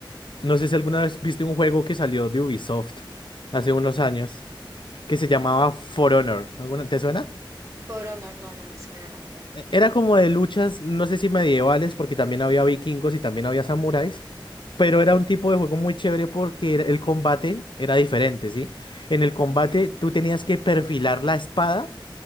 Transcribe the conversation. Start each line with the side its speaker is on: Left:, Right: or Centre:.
Left: no sé si alguna vez viste un juego que salió de Ubisoft hace unos años. que se llamaba
Right: Ujú.
Left: For Honor. ¿Alguna, te suena?
Right: For Honor, no, no me suena, la verdad.
Left: E- Era como de luchas, no sé si medievales, porque también había vikingos y también había samuráis, pero era un tipo de juego muy chévere porque era- el combate era diferente, ¿sí? En el combate
Right: Ujú.
Left: tú tenías que perfilar la espada